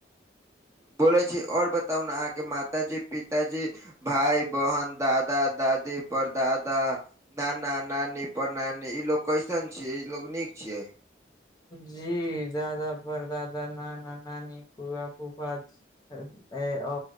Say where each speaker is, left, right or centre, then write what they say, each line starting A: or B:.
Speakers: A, on the right; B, on the left.
A: बोले छी और बताउ न अहाँ के मातााजी पिताजी भाय बहन दादा दादी प्रदादा नना नानी प्रनानी इलोग कैसन छियै इलोग निक छियै
B: जी दादा प्रदादा नाना नानी फुआ फूफा <unintelligible> ए ओ